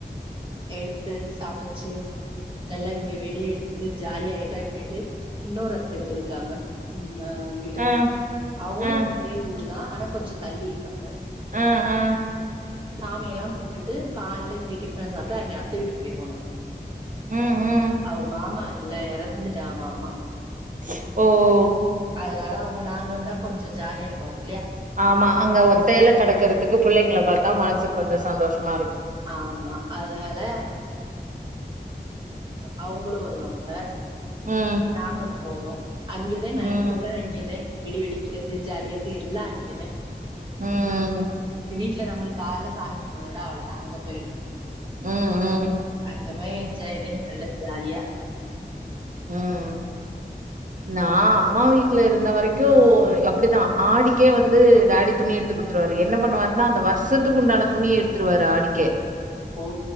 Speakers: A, on the right; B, on the right.
A: எடுத்து சமச்சு நல்லா இங்க வெடி வெடிச்சு ஜாலியா என்ஜாய் பண்ணிட்டு இன்னோரு அத்த வீடு இருக்காங்க மா இங்கிட்டு
B: ஆ
A: அவுங்களு
B: ஆ
A: இதே ஊரு. தா ஆனா கொஞ்சோ தள்ளி இருக்காங்க.
B: ஆ ஆ
A: சாமியெல்லா கும்டுட்டு காலேல இங்க டிபன சாப்டு அங்க அத்த வீட்டுக்கு போய்ருவோ நாங்க
B: ம் ம்
A: அவுங்க மாமா இல்ல ஏறந்துட்டாங்க மாமா.
B: ஸ் ஓ ஓ ஓ
A: அதனால அவுங்க நாங்க வந்தா கொஞ்ச ஜாலியா இருப்பாங்க
B: ஆமா அங்க ஒத்தையில கிடக்கறதுக்கு புள்ளைங்கள பாத்தா மனசுக்கு கொஞ்சம் சந்தோஷோ மாருக்கு
A: ஆமா அதனால அவுங்களு வருவாங்க
B: ம்
A: நாங்களு போவோ அங்கேத நைட்டு்
B: ம்
A: வர அங்கேத வெடி வெடிக்கிறது ஜாலியாக்கு எல்லா அங்கேத
B: ம்
A: வீட்ல நம்ளுக்கு கால சாமி கும்பிறதோட அவ்ளோதா அங்க போய்ருவோ
B: ம் ம்
A: அங்க போய் என்ஜாய்தே நல்ல ஜாலியா
B: ம் நா அம்மா வீட்லருந்த வெரைக்கு அப்டித்தா ஆடிக்கே வந்து டாடி துணி எடுத்துக்குடுத்துருவாரு என்ன பண்ணுவாருன்னா அந்த வருஷத்துக்கு உண்டான துணி எடுத்துருவாரு ஆடிக்கே
A: ஓ